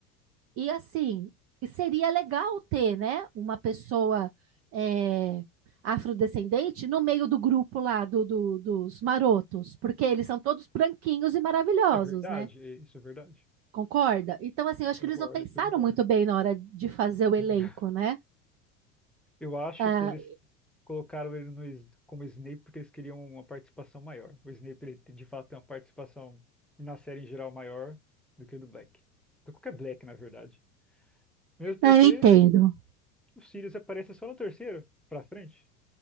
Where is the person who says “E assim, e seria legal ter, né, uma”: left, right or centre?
Right